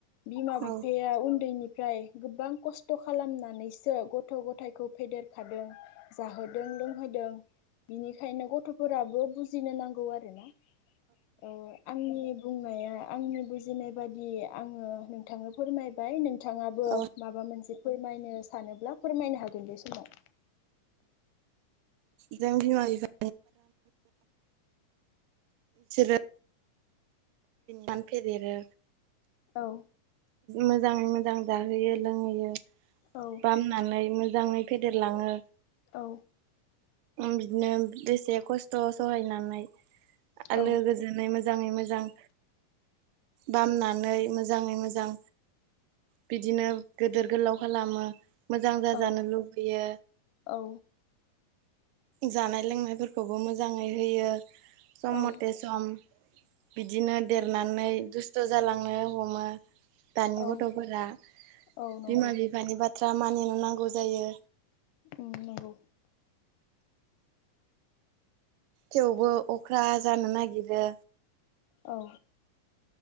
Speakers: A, on the left; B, on the right.
A: बिमा बिफाया
B: औ
A: उन्दैनि फ्राय गोबां खस्थ' खालामनानैसो गथ' ग थायखौ फेदेरखादों जाहोदों लोंहोदों बिनिखायनो गथ'फोराबो बुजिनो नांगौ आरोना ओ आंनि बुंनाया आंनि बुजिनाय बायदि आङो नोंथांनो फोरमायबाय नों थाङाबो
B: औ
A: माबा मोनसे फोरमायनो सानोब्ला फोरमायनो हा गोन बे समाव
B: जों बिमा बिफा <inaudible> <inaudible> फेदेरो
A: औ
B: मोजाङै मोजां जाहोयो लोंहोयो
A: औ
B: बामनानै मो जाङै फेदेरलाङो।
A: औ
B: बिदिनो बेसे खस्थ' सहायनानै आलो
A: औ
B: गोजोनै मो जाङै मोजां बामनानै मोजाङै मोजां बिदिनो गिदिर गोलाव खालामो मोजां जाजानो
A: औ
B: लुबैयो
A: औ
B: जानाय लोंनायफोरखौबो मोजाङै होयो सम
A: औ
B: मथे सम बिदिनो देरनानै दुस्थ' जालांनो हमो। दानि
A: औ
B: गथ'फोरा
A: औ नंगौ
B: बिमा बिफानि बाथ्रा मानिनो नांगौ जायो।
A: उम नंगौ।
B: थेवबो अख्रा जानो नागिरो।
A: औ।